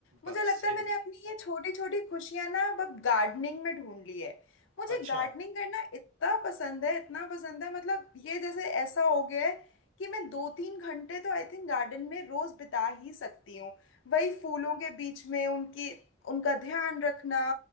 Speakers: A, on the right; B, on the left.
A: बस
B: मुझे लगता
A: यही
B: है मैंने अपनी ये छोटी छोटी खुशियां ना अब अब गार्डनिंग में ढूंढ ली है मुझे
A: अच्छा
B: गार्डनिंग करना इतना पसंद है इतना पसंद है मतलब ये जैसे ऐसा हो गया है कि मैं दो तीन घंटे तो आई थिंक गार्डन में रोज बिता ही सकती हूँ वही फूलों के बीच में उनकी उनका ध्यान रखना